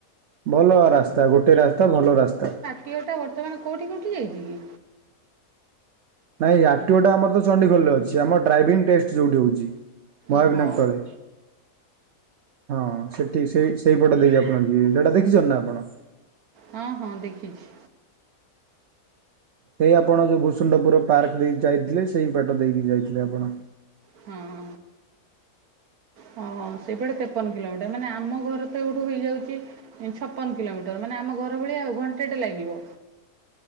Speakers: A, on the right; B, on the right.
A: ଭଲ ରାସ୍ତ ଜାଉ ଗୋଟେ ରାସ୍ତା ଭଲ ରାସ୍ତା।
B: ପିଓଟା ବର୍ତ୍ତମାନ କୋଉଠି କଟି ଯାଇଛି କି?
A: ନାଇଁ ଅପ୍ଟିଅର ଟା ଆମର ତ ଚଣ୍ଡିଖୋଲ୍ ରେ ଅଛି ଆମର ଡ୍ରାଇଭିଂ ଟେଷ୍ଟ ଯୋଉଠି ହଉଛି। ମହାବିନାୟ
B: ଓହୋ
A: ତଳେ। ହଁ ସେଠି ସେଇ ସେଇପଟ ଦେଇକି ଆପଣ ଯିବେ ସେଇଟା ଦେଖିଛଛନ୍ତି ନା ଆପଣ।
B: ହଁ ହଁ ଦେଖିଛି।
A: ସେଇ ଆପଣ ଯୋଉ ଭୂସୁଣ୍ଣ୍ଡପୁର ପାର୍କ ଦେଇକି ଯାଇଥିଲେ ସେଇ ବାଟ ଦେଇକି ଯାଇଥିଲେ ଆପଣ।
B: ହୁଁ ହ। ହଁ ସେହିପଟେ ତେପନ କିଲୋମିଟର ମାନେ ଆମ ଘର ତ ଏଇଠୁ ହୋଇଯାଉଛି। ଛପନ କିଲୋମିଟର ମାନେ ଆମ ଘର ଭଳିଆ ଆଉ ଘଣ୍ଟେଟେ ଲାଗିବ।